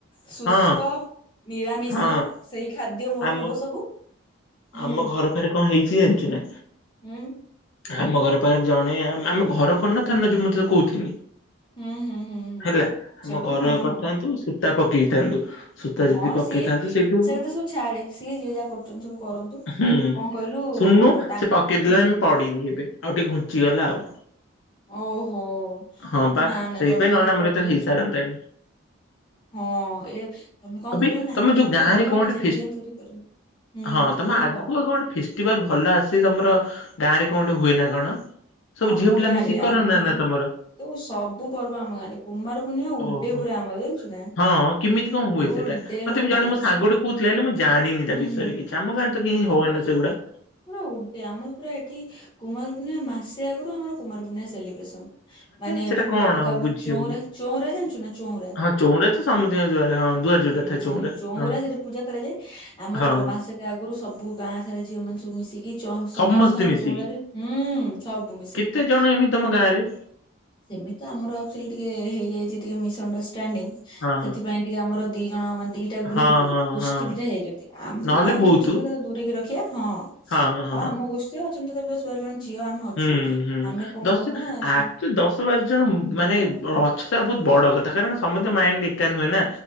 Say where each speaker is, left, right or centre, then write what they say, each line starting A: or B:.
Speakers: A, on the left; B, on the left.
A: ଶୁଷ୍କ
B: ହଁ
A: ନିରାମିଷ
B: ହଁ
A: ସେଇ ଖାଦ୍ୟ ମୋର
B: ଆମ
A: ହବ ସବୁ। ହୁଁ
B: ଆମ ଘର ପାଖରେ କଣ ହେଇଛି ଜାଣିଛୁ ନା?
A: ହୁଁ
B: ଆମ ଘର ପାଖରେ ଜଣେ ଆମ ଘର କରନଥନ୍ତୁନା ତା ନା ମୁଁ ଯୋଉ ତତେ କହୁଥିନି।
A: ହୁଁ ହୁଁ ହୁଁ ହୁଁ
B: ହେଲା
A: ସେଇଠୁ
B: ଆମ ଘର
A: ହଁ
B: କରିଥାନ୍ତୁ
A: ହଁ
B: ସୂତା ପକେଇଥାନ୍ତୁ
A: ହଁ
B: ଯଦି ପକେଇଥାନ୍ତୁ
A: ସିଏ ସେକଥା
B: ସେଇଠୁ
A: ସବୁ ଛାଡେ ସିଏ ଯିଏ ଯାହା କରୁଛନ୍ତି ସବୁ କରନ୍ତୁ।
B: ହୁଁ
A: କଣ କହିଲୁ
B: ଶୁଣନୁ
A: ତାଙ୍କୁ
B: ସେ ପକେଇଦେଲା
A: ହୁଁ
B: ଆମେ ପଡିନି ଏବେ ଆଉ ଟିକେ ଘୁଞ୍ଚିଗଲା ଆଉ।
A: ଓହୋ
B: ହଁ ବା
A: ନା ନା
B: ସେଇଥିପାଇଁ
A: ଜଲଦି ଜଲଦି
B: ନହେଲେ ଆମର
A: କରିଦିଅ।
B: ଏତେ ହେଇସାରନ୍ତାଣି
A: ହଁ ଏ ତମେ କଣ
B: ଅବି
A: କରିବ ନା
B: ତମେ
A: ଆଗ
B: ଯୋଉ
A: ଟା
B: ଗାଁ
A: ପୁରା ବଢିଆ
B: ରେ କଣ ଗୋଟେ
A: ଡିଜାଇନ
B: ଫେଷ୍
A: ଫିଜାଇନ କରି କରିବ। ହୁଁ
B: ହଁ
A: ହୁଁ
B: ତମ
A: କହୁନୁ
B: ଆଗକୁ
A: କହ କହ
B: କଣ ଫେଷ୍ଟିଭାଲ ଭଲ ଆସେ ତମର ଗାଁରେ କଣ ଟେ ହୁଏ ନା କଣ? ସବୁ
A: ଆମ
B: ଝିଅ ପିଲା
A: ଗାଁ
B: ମିଶିକି
A: ରେ
B: କରନା
A: ଆମ ଗାଁରେ
B: ନା ତମର?
A: ତ ସବୁ ପର୍ବ ଆମ ଗାଁ ରେ କୁମାର ପୂର୍ଣ୍ଣିମା ଉଡେ
B: ଓହୋ
A: ପୁରା ଆମର ଜାଣିଛୁ ନା।
B: ହଁ କେମିତି କଣ ହୁଏ
A: ଉଡେଲୋ
B: ସେଇଟା ମତେ ବି
A: ମା
B: ଜଣେ ମୋ ସାଙ୍ଗ
A: ସିଏ
B: ଟେ କହୁଥିଲା ହେଲେ ମୁଁ ଜାଣିନି ତା
A: ହୁଁ
B: ବିଷୟରେ
A: ହୁଁ।
B: କିଛି। ଆମ ଗାଁରେ ତ କାଇଁ
A: ସେ
B: ହୁଏନା ସେଗୁଡା।
A: ପୁରା ଉଡେ ଆମର ପୁରା ଏଠି କୁମାର ପୂର୍ଣ୍ଣିମା ମାସେ ଆଗୁରୁ ଆମର କୁମାର ପୂର୍ଣ୍ଣିମା ସେଲିବ୍ରେସନ। ମାନେ
B: ସେଟା
A: ଫୁଲ
B: କଣ
A: ପକା ହୁଏ
B: ବୁଝି
A: ଚଉଁରା
B: ହଉନି।
A: ଚଉଁରା ଜାଣିଚୁ ନା ଚଉଁରା?
B: ହଁ ଚଉଁରା ତ ସମସ୍ତିଙ୍କ ଦୁଆରେ ହଁ ଦୁଆରେ ଯୋଉଟା
A: ହୁଁ
B: ଥାଏ
A: ସେ ଯୋଉ ଚଉଁରା
B: ହଁ
A: ସେଠି ପୂଜା କରାଯାଏ ଆମର
B: ହଁ।
A: ପ୍ର ମାସେ ସେ ଆଗରୁ ସବୁ ଗାଁ ସାରା ଝିଅ ମାନ ସବୁ ମିଶିକି ଚଁ-ସମସ୍ତଙ୍କ
B: ସମସ୍ତେ ମିଶିକି
A: ଚଉଁରାରେ ହୁଁ ସବୁ ମିଶିକି
B: କେତେ
A: ପୁରା
B: ଜଣ ଏମିତି ତମ ଗାଁ ରେ।
A: ସେମିତି ଆମର ଆକଚୁଲି ଟିକେ ହେଇଯାଇଚି ଟିକେ ମିସଅଣ୍ଡରଷ୍ଟାଣ୍ଡି
B: ହଁ।
A: ସେଥିପାଇଁ ଟିକେ ଆମର ଦି ଜଣ ମାନେ ଦିଟା ଗ୍ରୁପୁ
B: ହଁ ହଁ
A: ଗୋଷ୍ଟି
B: ହଁ
A: ଦିଟା ହେଇଯାଇଚନ୍ତି। ଆମ
B: ନହେଲେ
A: ତାଙ୍କ
B: ବହୁତୁ
A: ଗୋଷ୍ଟି କଥା ଦୂରେଇିକି ରଖ୍ ଖିଆ ହଁ ଆଉ
B: ହଁ ହଁ।
A: ଆମ ଗୋଷ୍ଟିରେ ଅଛନ୍ତି ତଥାବି ଦଶ ବାର ଜଣ ଝିଅ ଆମେ ଅଛୁ
B: ହୁଁ ହୁଁ
A: ଆମେ କଣ
B: ଦଶ
A: କରୁନା
B: ଆକ୍ଚୁଆଲି
A: ସା
B: ଦଶ ବାର ଜଣ ମାନେ ଅଛ ତାର ବହୁତ ବଡ କଥା କାରଣ ସମସ୍ତଙ୍କ ମାଇଣ୍ଡ ଏକା ନୁହେଁ ନା।